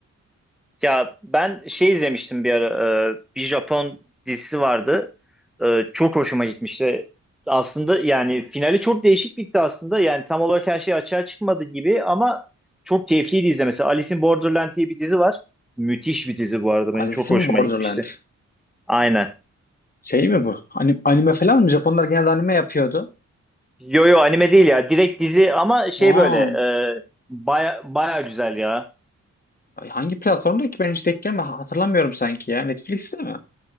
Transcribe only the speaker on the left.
Alice
in
Borderland.
Şey mi bu? Ani- Anime falan mı? Japonlar genelde anime yapıyordu.
Aa.
Ay, Hangi platformda ki ben hiç denk gelme hatırlamıyorum sanki ya. Netflix'te mi?